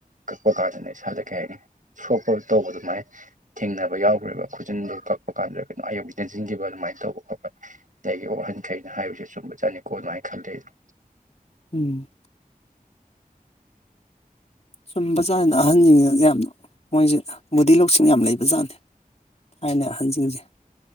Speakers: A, on the right; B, on the left.
A: ꯀꯛꯄ ꯀꯥꯟꯗꯅ ꯏꯁꯥꯗ ꯀꯩ ꯍꯥꯏꯅꯤ ꯁꯣꯛꯄ ꯇꯧꯕ ꯑꯗꯨꯃꯥꯏꯅ ꯊꯦꯡꯅꯕ ꯌꯥꯎꯈ꯭ꯔꯦꯕ ꯈꯨꯖꯤꯟꯗꯣ ꯀꯛꯄ ꯀꯥꯟꯗ ꯀꯩꯅꯝ ꯑꯌꯨꯛꯁꯤ ꯅꯁꯤꯟꯈꯤꯕ ꯑꯗꯨꯃꯥꯏꯅ ꯇꯧꯕ ꯈꯣꯠꯄ ꯑꯒꯤ ꯋꯥꯍꯟꯈꯩꯅ ꯍꯥꯏꯕꯁꯦ ꯁꯨꯝꯕ ꯆꯥꯠꯅꯤꯀꯣ ꯑꯗꯨꯃꯥꯏꯅ ꯈꯜꯜꯂꯤꯦ ꯑꯗꯨ
B: ꯎꯝ ꯆꯨꯝꯕꯖꯥꯠꯅ ꯑꯍꯟꯁꯤꯡꯁꯤꯅ ꯌꯥꯝ ꯃꯣꯏꯁꯦ ꯕꯨꯙꯤ ꯂꯧꯁꯤꯡ ꯌꯥꯝ ꯂꯩꯕ ꯖꯥꯠꯅꯤ ꯊꯅ ꯑꯍꯟꯁꯤꯡꯁꯦ